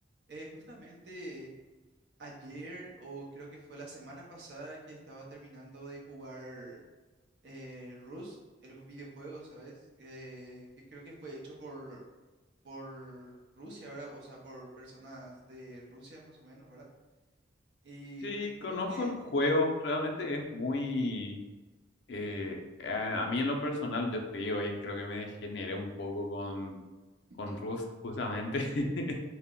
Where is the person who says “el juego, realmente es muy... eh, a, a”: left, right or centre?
Left